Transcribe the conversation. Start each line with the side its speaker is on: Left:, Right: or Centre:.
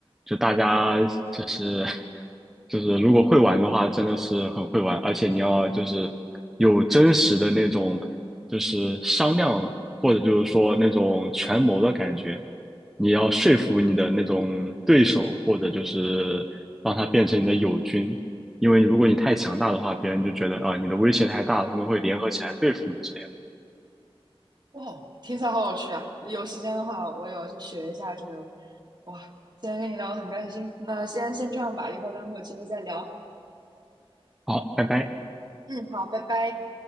Centre: 就大家就是 <laughs> 就是如果会玩的话，真的是很会玩，而且你要就是有真实的那种就是商量或者就是说那种权谋的感觉，你要说服你的那种对手，或者就是让他变成你的友军，因为你如果你太强大的话，别人就觉得啊、你的威胁太大了，他们会联合起来对付你之类的。
Right: 哇，听起来好有趣啊！有时间的话，我也要去学一下这个。哇，今天跟你聊得很开心，那先先这样吧，以后咱们有机会再聊。
Centre: 好，拜拜。
Right: 嗯，好，拜拜。